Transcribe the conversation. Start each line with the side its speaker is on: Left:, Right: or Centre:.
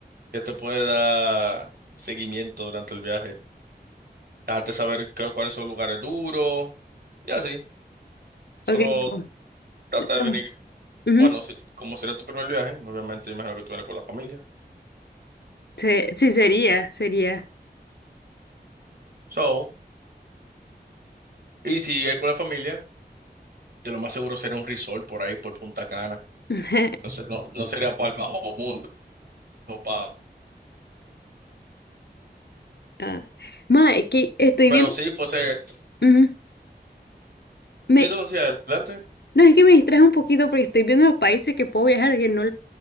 Right: que te puede dar seguimiento durante el viaje. Dejarte saber qué- cuáles son los lugares duros y así. Solo
Left: Ok. no,
Right: trata de
Left: no,
Right: venir.
Left: Ujú.
Right: Bueno, si- como será tu primer viaje, obviamente imagino que tú vienes con la familia.
Left: Se- Sí, sería, sería.
Right: So, y si es con la familia, de lo más seguro será un resort por ahí, por Punta Cana.
Left: <laughs>
Right: Entonces, no, no sería para el bajo mundo, no pa-
Left: Ah. Ma, es que estoy
Right: Pero
Left: viendo.
Right: si fuese,
Left: ujú. Me,
Right: si son hacia adelante,
Left: no, es que me distraje un poquito porque estoy viendo los países que puedo viajar que no,